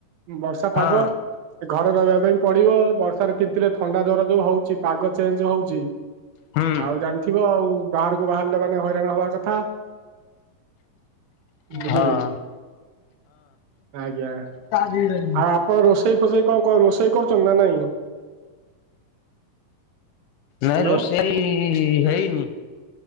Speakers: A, on the right; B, on the left.
A: ବର୍ଷା
B: ହଁ
A: ପାଗ। ଘରେ ରହିବା ପାଇଁ ପଡିବ, ବର୍ଷାରେ ତିନ୍ତିଲେ ଥଣ୍ଡା ଜର ଯୋଉ ହଉଛି, ପାଗ ଚେଞ୍ଜ ହଉଛି।
B: ହୁଁ
A: ଆଉ ଜାଣିଥିବ ଆଉ, ବାହାରକୁ ବାହାରିଲେ ମାନେ ହଇରାଣ ହବା କଥା। ବୁଝିଲେ?
B: ହଁ
A: ଆଜ୍ଞା।
B: କାହା ଦିହରେ ଯାଇଛି
A: ଆଉ ଆପଣ ରୋଷେଇ ଫୋଷେଇ କଣ ରୋଷେଇ କରୁଛନ୍ତି ନା ନାଇଁ?
B: ନାଇଁ
A: ହ୍ୟାଲୋ
B: ରୋଷେଇ ହେଇନି।